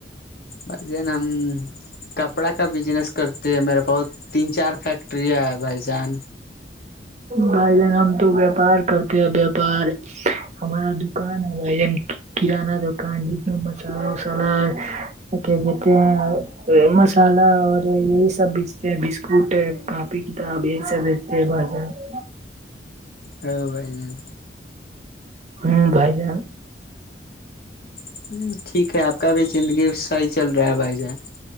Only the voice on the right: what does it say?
بھائی جان ہم تو ویاپار کرتے ہیں ویاپار ہمارا دکان ہے بھائی کران دکان جس میں مسالہ وسالہ <inaudible> مسالہ اور یہی سب بیچتے ہیں بسکٹ کاپی کتاب یہی سب بیچتے ہیں بھجا ہ <inaudible>
ہمم بھائی جان